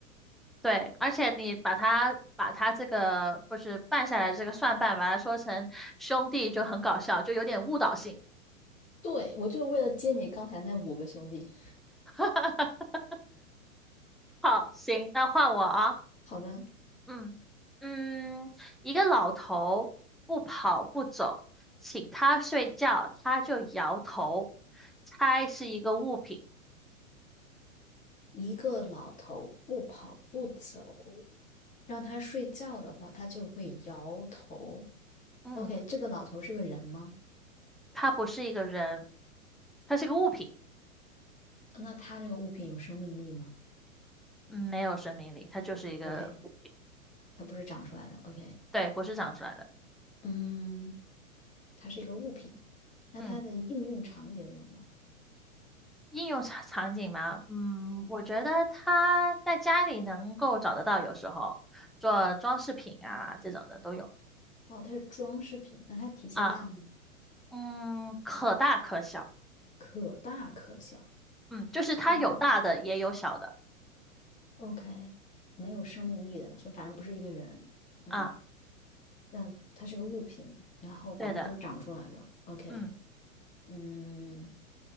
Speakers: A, in the centre; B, on the left.
A: 对，而且你把它把它这个不是拌下来这个蒜瓣，把它说成兄弟就很搞笑，就有点误导性。
B: 对，我就是为了接你刚才那五个兄弟。
A: <laughs> 好，行，那换我啊。
B: 好的，
A: 嗯嗯，一个老头不跑不走，请他睡觉，他就摇头。猜是一个物品。
B: 一个老头不跑不走，让他睡觉的话，他就会摇头。
A: 嗯，
B: OK，这个老头是个人吗？
A: 他不是一个人，他是个物品。
B: 那他这个物品有生命力吗
A: 嗯没有生命力，他就是一个物品。
B: ？OK，它不是长出来的。OK，
A: 对，不是长出来的。
B: 嗯，它是一个物品，那它的应用场景有吗？
A: 嗯，应用场场景嘛，嗯，
B: 嗯
A: 我觉得他在家里能够找得到，有时候做装饰品啊这种的都有
B: 哦，它是装饰品，那它体积大吗？
A: 啊。嗯，可大可小。
B: 可大可小。
A: 嗯，就是它有大的也有小的
B: ，OK，OK，没有生命力的，所以反正不是一个人。嗯，
A: 啊，
B: 那它是个物品，然后反正不是长出来的。
A: 对的，
B: OK，
A: 嗯，
B: 嗯，